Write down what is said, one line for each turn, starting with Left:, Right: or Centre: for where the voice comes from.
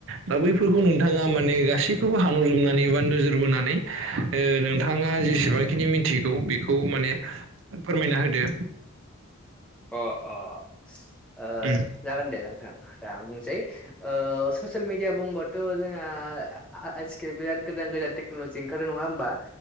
Right: दा बैफोरखौ नोंथाङा माने गासैखौबो हान'रजोबनानै बा नोजोर बोनानै ओ नोंथाङा जेसेबांखिनि मिन्थिगौ बेखौ माने फोरमायना होदो
Centre: अ अ ओ
Right: उम
Centre: जागोन दे जां थां दा आं बुंनोसै ओ ससेल मिडिया बुंबाथ' जों आ आजकि बिराद गोदान गोदान टेक्न'ल'जि ओंखारदों नङा होमबा